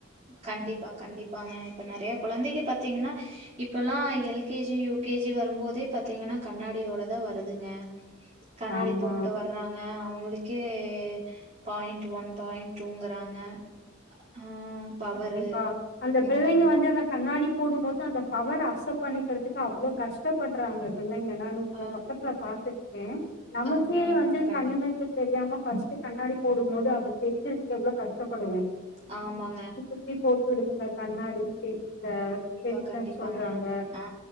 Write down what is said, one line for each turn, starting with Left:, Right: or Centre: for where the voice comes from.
Right: கண்டிப்பா கண்டிப்பாங்க இப்ப நெறைய கொழந்தைங்க பாத்தீங்கனா இப்பல்லா L K G U K G வரும்போதே பாத்தீங்கன்னா கண்ணாடியோடதா வருதுங்க கண்ணாடி
Left: ஆமா
Right: போட்டு வர்றாங்க அவங்களுக்கே எ பாயிண்ட் ஒன் பாயிண்ட் டூங்குறாங்க ஆ பவரு.
Left: கண்டிப்பா அந்த
Right: ம்.
Left: பிள்ளைங்க வந்து அந்த கண்ணாடிப் போடும் போது அந்த பவர் அக்செப்ட் பண்ணிக்கிறதுக்கு அவ்ளோ கஷ்டப்படுறாங்க பிள்ளங் <unintelligible> இந்த
Right: ஆ
Left: பக்கத்துல பாத்துட் எ நமக்கே
Right: ஆ
Left: வந்து
Right: கண்டி
Left: கண்ணிமைக்கு தெரியாமப் ஃபர்ஸ்ட் கண்ணாடி போடும் போது அது தெரிஞ்சிருக்க எவ்ளோ கஷ்டப்படுவோ
Right: ஆமாங்க
Left: சுப்பி போட்டு விதுங்க கண்ணாடி தெரி <inaudible> த
Right: கண்டிப்பா,
Left: தெரியலன்னு
Right: கண்டிப்பாங்க.
Left: சொல்றாங்க
Right: ஆ,